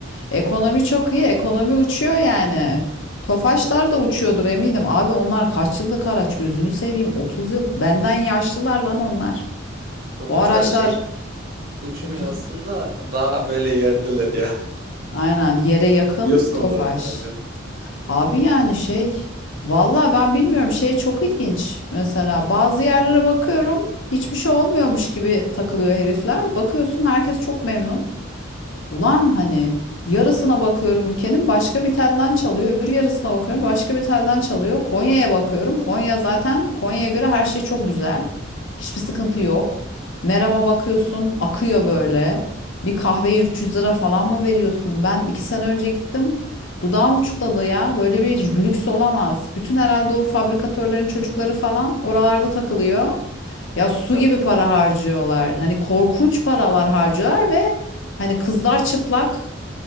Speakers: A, on the left; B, on the right.
A: Ekonomi çok iyi. Ekonomi uçuyor yani. Tofaşlar da uçuyordur eminim. Abi onlar kaç yıllık araç gözünü seveyim. 30 yıl. Benden yaşlılar lan onlar.
B: Tofaşlar
A: O araçlar
B: şey uçmuyor
A: 30.
B: aslında daha böyle yerdeler ya. <laughs>
A: Aynen yere yakın
B: Biliyorsun
A: Tofaş.
B: onları aynen.
A: Abi yani şey vallahi ben bilmiyorum şey çok ilginç. Mesela bazı yerlere bakıyorum hiçbir şey olmuyormuş gibi takılıyor herifler. Bakıyorsun herkes çok memnun. Ulan hani yarısına bakıyorum ülkenin başka bir telden çalıyor. Öbür yarısına bakıyorum başka bir telden çalıyor. Konya'ya bakıyorum. Konya zaten Konya'ya göre her şey çok güzel. Hiçbir sıkıntı yok. Meram'a bakıyorsun akıyor böyle. Bir kahveye 300 lira falan mı veriyorsun? Ben iki sene önce gittim. Dudağım uçukladı ya. Böyle bir lüks olamaz. Bütün herhalde o fabrikatörlerin çocukları falan oralarda takılıyor. Ya su
B: E, tabii
A: gibi para
B: tabii.
A: harcıyorlar. Hani korkunç paralar harcıyorlar ve Hani kızlar çıplak,